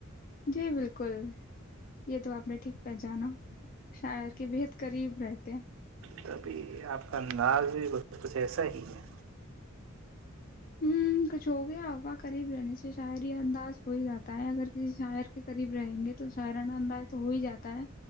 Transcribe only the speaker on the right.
توبھی آپ کا انداز بھی کچھ ایسا ہی ہے